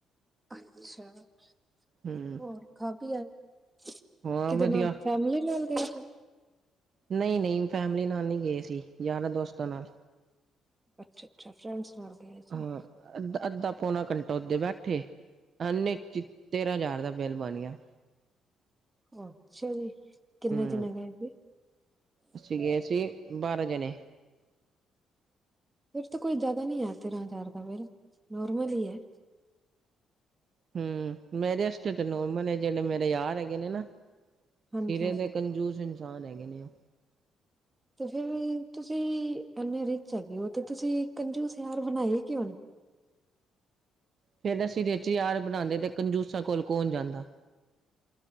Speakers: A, on the right; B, on the right.
A: <unintelligible> ਹੋਰ
B: ਹੂੰ
A: ਖਾ ਕੇ ਆਏ
B: ਹਾਂ
A: ਕਿਦੇ
B: ਵਧੀਆ
A: ਨਾਲ ਫੈਮਿਲੀ ਨਾਲ ਗਏ ਸੀ
B: ਨਹੀਂ ਨਹੀਂ ਫੈਮਿਲੀ ਨਾਲ ਨਹੀਂ ਗਏ ਸੀ ਯਾਰਾਂ ਦੋਸਤਾਂ ਨਾਲ
A: ਅੱਛਾ ਅੱਛਾ ਫਰੈਂਡਸ ਨਾਲ ਗਏ ਸੀ।
B: ਹਾਂ ਅੱਧਾ ਅੱਧਾ ਪੌਣਾ ਘੰਟਾ ਓਦੇ ਬੈਠੇ ਐਨੇ ਚ ਤੇਰਾਂ ਹਜ਼ਾਰ ਦਾ ਬਿੱਲ ਬਣ ਗਿਆ।
A: ਅੱਛਾ ਜੀ ਕਿੰਨੇ
B: ਹੂੰ
A: ਜਾਣੇ ਗਏ ਸੀ।
B: ਅਸੀਂ ਗੇ ਸੀ ਬਾਰਾਂ ਜਣੇ।
A: ਫਿਰ ਤਾਂ ਕੋਈ ਜ਼ਿਆਦਾ ਨ ਆ ਤੇਰਾਂ ਹਜ਼ਾਰ ਦਾ ਬਿੱਲ ਨੋਰਮਲ ਹੀ ਹੈ।
B: ਹੂ ਮੇਰੇ ਵਾਸਤੇ ਤੇ ਨੋਰਮਲ ਹੈ ਜਿਹੜੇ ਮੇਰੇ ਯਾਰ ਹੈਗੇ ਨੇ ਨਾ
A: ਹਾਂਜੀ-ਹਾਂਜੀ
B: ਸਿਰੇ ਦੇ ਕੰਜੂਸ ਇਨਸਾਨ ਹੈਗੇ ਨੇ ਉਹ
A: ਤੇ ਫਿਰ ਤੁਸੀਂ ਐਨੇ ਰਿਚ ਹੈਗੇ ਹੋ ਤੇ ਤੁਸੀਂ ਕੰਜੂਸ ਯਾਰ ਬਣਾਏ ਹੀ ਕਿਉਂ ਨੇ
B: ਫਿਰ ਅਸੀਂ ਰਿਚ ਯਾਰ ਬਣਾਉਂਦੇ ਤੇ ਕੰਜੂਸਾਂ ਕੋਲ ਕੋਲ ਜਾਂਦਾ।